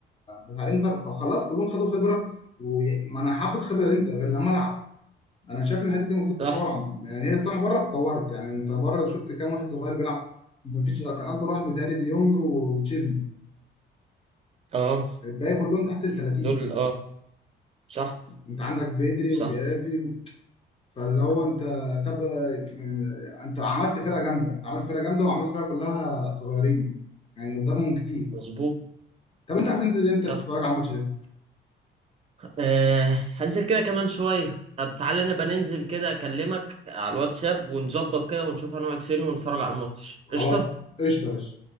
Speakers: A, on the left; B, on the right.
A: بتاع انتر فخلاص كلهم خدوا خبره وما انا هاخد خبره انت غير لما العب انا شايف ان الحته دي المفروض
B: صح
A: تتطور عن يعني هي الصراحه بره اتطورت يعني انت بره شفت كام واحد صغير بيلعب مفيش كان اكبر واحد متهيألي ديونج و- وتشيزني
B: اه
A: الباقي كلهم تحت ال 30
B: دول اه صح
A: انت عندك بيدري
B: صح
A: وجافي فاللي هو انت طب آه، انت عملت فرقه جامده انت عملت فرقه جامده وعملت فرقه كلها صغيرين يعني قدامهم كتير
B: مظبوط
A: طب انت هتنزل امتى
B: صح
A: تتفرج على الماتش ده
B: أه هنزل كده كمان شوية طب تعالى نبقى ننزل كده أكلمك على الواتساب ونظبط كده ونشوف هنقعد فين ونتفرج على الماتش
A: خلاص
B: قشطة
A: قشطه يا باشا